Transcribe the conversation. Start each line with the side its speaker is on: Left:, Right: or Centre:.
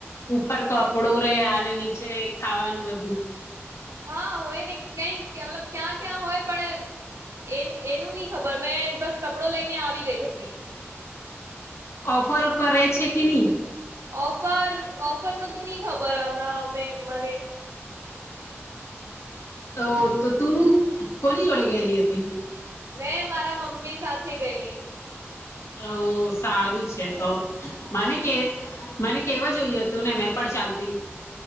Left: ઉપર કપડું રે અને નીચે ખાવાનું બધું.
Right: હા, હોય ને કઈ મતલબ ક્યાં-ક્યાં હોય પણ એ એનું ની ખબર મેં બસ કપડો લઈને આવી ગઈ હતી.
Left: ઓફર-ઓફર રહે છે કે ની?
Right: ઓફર-ઓફર નું તો ની ખબર હમણાં મે મને.
Left: તો ત તું કોની જોડે ગયેલી હતી?
Right: મેં મારા મમ્મી સાથે ગયેલી.
Left: ઓહ, સારું છે તો. મને કે મને કેવા જોય હતું ને મેં પણ ચાલતી.